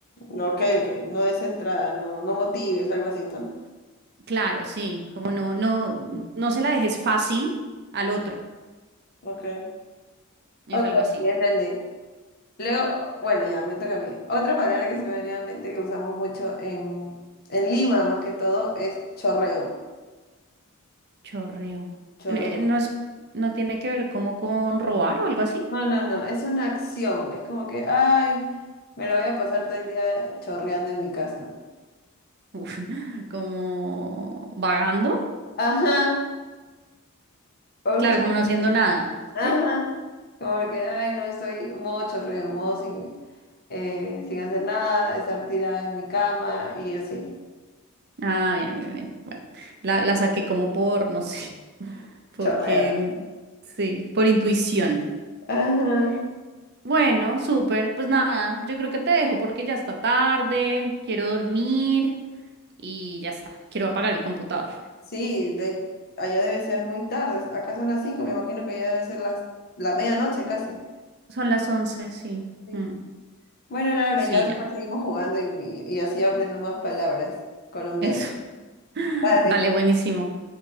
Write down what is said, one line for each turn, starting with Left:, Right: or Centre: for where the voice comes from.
Left: ok, ok, no des entrada, no, no motives, algo así, ¿no?
Right: Claro, sí, como no, no, no se la dejes fácil al otro,
Left: Ok,
Right: es
Left: ok,
Right: algo así.
Left: ya entendí. Luego, bueno, ya, me toca a mí. Otra palabra que se me venía a la mente que usamos mucho en, en Lima, más que todo, es chorreo.
Right: Chorreo.
Left: Chorreo.
Right: Eh, No es, no tiene que ver como con robar o algo así.
Left: No, no, no, es una acción. Es como que, ay, me la voy a pasar todo el día chorreando en mi casa.
Right: Uf, <laughs> como vagando,
Left: Ajá, aunque,
Right: claro, como no haciendo nada,
Left: ajá,
Right: ¿sí?
Left: como que, ay, no, estoy modo chorreo, modo sin, eh, sin hacer nada, estar tirada en mi cama y así,
Right: Ah, bien, bien, bien. Bueno, la, la saqué como por, no sé, <laughs> porque
Left: chorreo.
Right: mm, sí, por intuición.
Left: Ajá,
Right: Bueno, súper, pues nada, yo creo que te dejo porque ya está tarde, quiero dormir y ya está, quiero apagar el computador.
Left: sí, de, allá debe ser muy tarde, acá son las cinco me imagino que allá debe ser las, la medianoche casi.
Right: Son las 11 sí.
Left: Sí.
Right: Mm,
Left: Bueno, Laura,
Right: sí,
Left: ya después
Right: ya,
Left: seguimos jugando y, y y así aprendo más palabras colombianas.
Right: eso. <laughs>
Left: Vale,
Right: Dale, buenísimo.